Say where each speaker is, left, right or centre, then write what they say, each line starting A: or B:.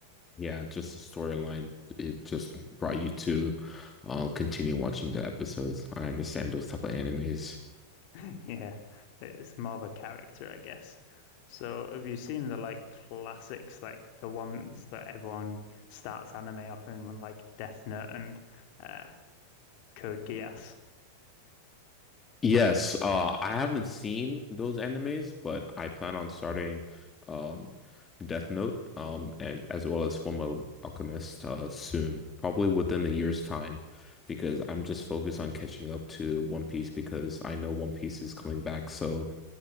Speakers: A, on the left; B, on the left.
A: yeah, just the storyline. It just brought you to uh, continue watching the episodes. I understand those type of animes.
B: <laughs> Yeah, it's more the character, I guess. So, have you seen the like classics, like the ones that everyone starts anime off in, when, like Death Note and uh, Code Geass?
A: Yes, uh, I haven't seen those animes, but I plan on starting um, Death Note um, and as well as Fullmetal Alchemist uh, soon, probably within a year's time, because I'm just focused on catching up to One Piece because I know One Piece is coming back. So